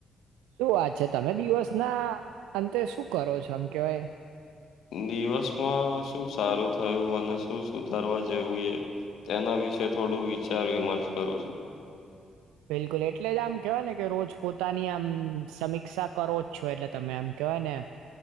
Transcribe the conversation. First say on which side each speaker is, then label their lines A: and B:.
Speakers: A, on the right; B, on the left.
A: શું વાત છે. તમે દિવસ ના અંતે શું કરો છો આમ કેવાય?
B: દિવસમાં શું સારું થયું અને શું સુધારવા જેવું એ તેના વિશે થોડું વિચાર વિમર્શ કરું છું.
A: બિલકુલ એટલે જ આમ કહેવાય ને કે રોજ પોતાની આમ સમીક્ષા કરો જ છો. એટલે તમે આમ કહેવાય ને